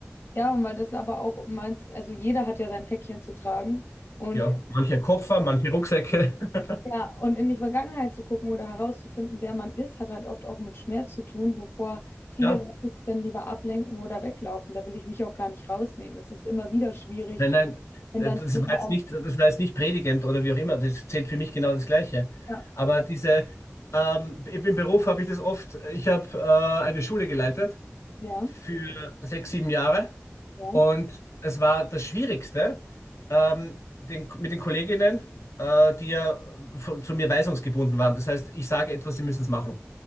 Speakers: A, on the left; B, on the left.
A: ja, und weil das aber auch meinst, also jeder hat ja sein Päckchen zu tragen und
B: Ja, manche Koffer, manche Rucksäcke. <laughs>
A: Ja, und in die Vergangenheit zu gucken oder herauszufinden, wer man ist, hat halt oft auch mit Schmerz zu tun, wovor viele
B: Ja.
A: Leute sich dann lieber ablenken oder weglaufen. Da will ich mich auch gar nicht rausnehmen. Es ist immer wieder schwierig,
B: Nein, nein,
A: wenn
B: äh,
A: dann
B: das
A: Dinge
B: war jetzt
A: auch.
B: nicht, das war jetzt nicht predigend oder wie auch immer, das zählt für mich genau das Gleiche.
A: Ja,
B: Aber diese, ähm, im im Beruf habe ich das oft, ich habe äh, eine Schule geleitet
A: ja,
B: für sechs, sieben Jahre
A: ja.
B: und es war das Schwierigste, ähm, den, mit den Kolleginnen, äh, die ja von- zu mir weisungsgebunden waren. Das heißt, ich sage etwas, sie müssen es machen.